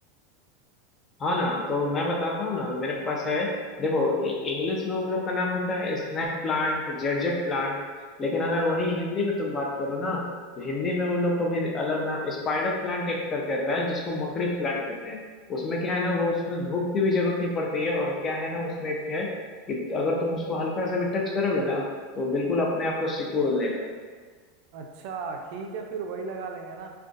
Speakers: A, on the left; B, on the right.
A: हाँ ना तो मैं बताता हूँ ना मेरे पास है देखो इ- इंग्लिश में उन लोग का नाम होता है स्नैक प्लांट जेडजेट प्लांट लेकिन अगर वही हिंदी में तुम बात करो ना तो हिंदी में वो लोग का भी अलग नाम स्पाइडर प्लांट एक करके आता है जिसको मकड़ी प्लांट कहते हैं उसमें क्या है ना वो उसमें धूप की भी जरूरत नहीं पड़ती है और क्या है ना उसमें एक है कि अगर तुम उसको हल्का सा भी टच करोगे ना तो बिल्कुल अपने आप को सिकुड़ लेगा
B: अच्छा ठीक है फिर वही लगा लेंगे ना